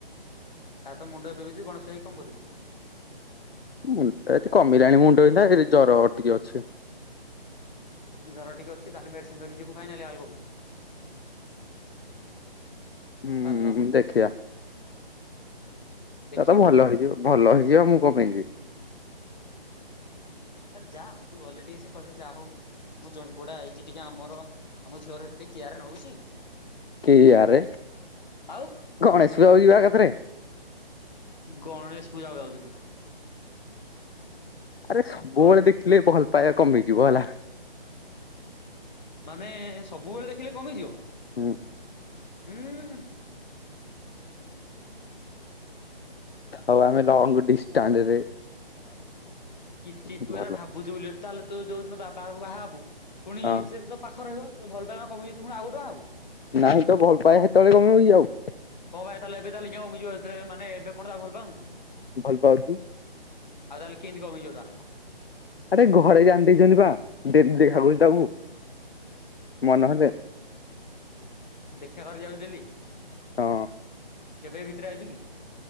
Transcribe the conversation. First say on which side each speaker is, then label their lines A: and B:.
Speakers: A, on the left; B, on the left.
A: ତାର ତ ମୁଣ୍ଡ ଏବେ ବିିନ୍ଦୁଛି ଗଣେଶ ଯାଇ କଣ କରିବୁ?
B: ମୁଣ୍ଡ ଏତେ କମିଲାଣି ମୁଣ୍ଡ ବିନ୍ଧା ଏ ଜ୍ଵର ଟିକେ ଅଛି।
A: ଜର ଟିକେ ଅଛି ତାହେଲେ ମେଡ଼ିସିନ୍ ଧରି ଯିବୁ ଫାଇନାଲି <unintelligible>
B: ହୁଁ-ଉ-ଉ
A: ହାଲୋ
B: ଦେଖିଆ।
A: ଦେଖିବୁ
B: ତାର ତ ଭଲ ହେଇଯିବ ଭଲ ହେଇଯିବ ମୁଁ କଣ ପାଇଁ ଯିବି।
A: ଆରେ ଯା ତୁ ଗଲେ ଟିକେ ସେ କହିବେ ଯାହା ହଉ ମୋ ଜ୍ୱାଇଁ ପୁଅ ଟା ଆଇଛି ଟିକେ ଆମର ଆମ ଝିଅର ଏତେ କିୟାର ନଉଛି।
B: କେହି ଆରେ
A: ଆଉ
B: ଗଣେଶ ପୂଜା ଯିବା ଏକାଥରେ।
A: ଗଣେଶ ପୂଜା କୁ ଯାଉଛୁ ତୁ?
B: ଆରେ ସବୁବେଳେ
A: ଗଣେ
B: ଦେଖିଲେ ଭଲ ପାଇବା କମିଯିବ ହେଲା।
A: ମାନେ-ଏ-ଏ-ଏ ସବୁବେଳେ ଦେଖିଲେ କମିଯିବ?
B: ହୁଁ।
A: ହୁଁ-ଉ-ଉ-ଉ।
B: ହଉ ଆମେ ଲଙ୍ଗ ଡିଷ୍ଟାନ୍ଡରେ
A: କି କି ତୁ
B: ଭଲ
A: ଏରା ଭାବୁଛୁ ବୋଲି ତାହେଲେ ତୁ ଯୋଉ ଦିନ ବାବା କୁ ବାହା ହେବୁ ପୁଣି
B: ହଁ
A: ସେ ତୋ ପାଖରେ ରହିବ। ତ ଭଲ ପାଇବା କମେଇ ତୁ ପୁଣି ଆଉ ଗୋଟେ ବାହାହବୁ।
B: ନାଇଁ ତ ଭଲ ପାଇବା ସେତେବେଳେ କମିବ କି ଆଉ।
A: କଣ ପାଇଁ ତାହେଲେ ଏବେ ତାହେଲେ କେଆଁ କମିଯିବ ସେତେବେଳ ମାନେ ଏବେ କଣ ତାକୁ ଭଲ ପାଆନୁ ତୁ?
B: ଭଲ ପାଉଛି।
A: ଆଉ ତାହେଲେ କେଏନ୍ତି କମି ଯିବ ତାହେଲେ କହ?
B: ଆରେ ଘରେ ଜାଣି ଦେଇଛନ୍ତି ବା ଦେ ଦେଖା କରୁଛି ତାକୁ ମନହେଲେ।
A: ଦେଖା କରି ଯାଉଛି ଡେଲି?
B: ହଁ
A: କେବେ ଏ ଭିତରେ ଆଇଛୁ କି?